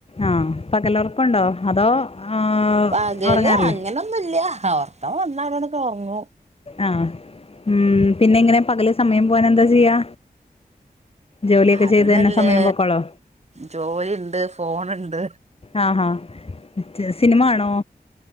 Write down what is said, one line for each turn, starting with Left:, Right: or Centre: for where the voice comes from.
Left: ആഹ് പകലൊറക്കം ഒണ്ടോ അതോ ആഹ്
Right: പകല്
Left: ഉറങ്ങാറില്ലേ
Right: അങ്ങനൊന്നുല്ല. ഒറക്കം വന്നാ കെടന്ന് ഒറങ്ങും.
Left: ആഹ് ഉം പിന്നെ ഇങ്ങനെ പകല് സമയം പോവാൻ എന്താ ചെയ്യാ? ജോലിയൊക്കെ
Right: അതിനല്ലേ
Left: ചെയ്ത് തന്നെ സമയം പോക്കോളോ
Right: ജോലിണ്ട് ഫോണിണ്ട്
Left: ആഹ് ആഹ്. സിനിമ കാണോ?